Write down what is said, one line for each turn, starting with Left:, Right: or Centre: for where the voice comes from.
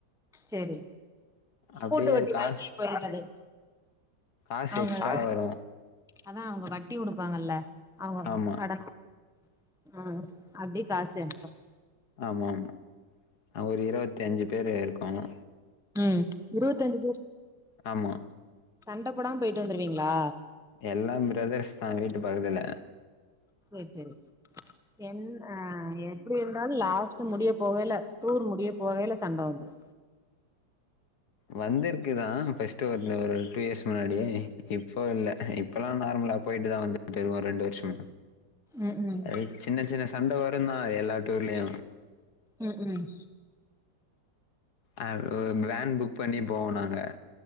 Centre: சேரி
Left: அப்டியே
Centre: கூட்டுவட்டி
Left: அது கா
Centre: நகி பொருந்தாது
Left: காசு
Centre: அவ்ங்
Left: எக்ஸ்ட்ரா வரு
Centre: அதா அவ்ங்க வட்டி குடுப்பாங்கல்ல அவுளோதா
Left: ஆமா
Centre: அடக்கு அ அப்டியே காஸ் சேந்துரு
Left: ஆமா ஆமா நாங்க ஒரு இருவத்தி அஞ்சு பேரு இருக்கோங்க
Centre: ம் இருவத்தஞ்சு பேரு
Left: ஆமா
Centre: சண்ட போடாம் போய்ட்டு வந்துருவீங்ளா
Left: எல்லா பிரதர்ஸ்தா வீட்டு பக்கத்துல
Centre: சேர் சேரி என் அ எப்டி இருந்தாலு லாஸ்ட் முடிய போவேல டூர் முடிய போவேல சண்ட வந்துரு
Left: வந்திருக்குதா ஃபஸ்ட் ஒன்னு ஒரு‌ ட்டூ இயர்ஸ் முன்னாடி இப்போ இல்ல அ இப் பலா நார்முலா போய்ட்டுதா வந்துட் இருக்கோ ரெண்டு வர்ஷமா
Centre: ம் ம்
Left: அது சின்ன சின்ன சண்ட வருந்தா எல்லா டூர்லயு
Centre: ம் ம்
Left: அ உ வேன் புக் பண்ணி போவோ நாங்க